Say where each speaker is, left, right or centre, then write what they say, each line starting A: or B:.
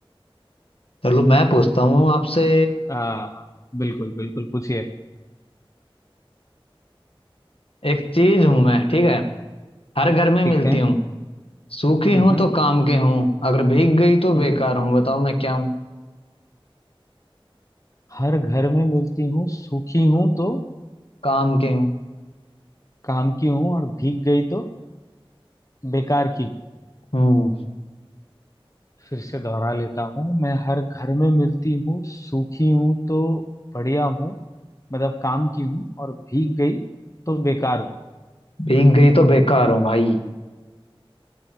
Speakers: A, on the left; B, on the left.
A: चलो मैं पूछता हूँ आपसे
B: आ, बिल्कुल बिल्कुल पूछिए
A: एक चीज हूं मैं ठीक है हर घर में
B: ठीक
A: मिलती
B: है
A: हूँ सूखी
B: हम्म
A: हूं
B: हम्म
A: तो काम के हूँ अगर भीग गई तो
B: हम्म।
A: बेकार हूँ बताओ मैं क्या हूँ
B: हर घर में मिलती हूँ सूखी हूँ तो
A: काम के हूँ
B: काम की हूँ और भीग गई तो बेकार की हूँ
A: हम्म
B: फिर से दोहरा लेता हूँ मैं हर घर में मिलती हूँ सूखी हूँ तो बढ़िया हूँ मतलब काम की हूँ और भीग गई तो बेकार हूँ
A: भीग गई तो बेकार हूँ भाई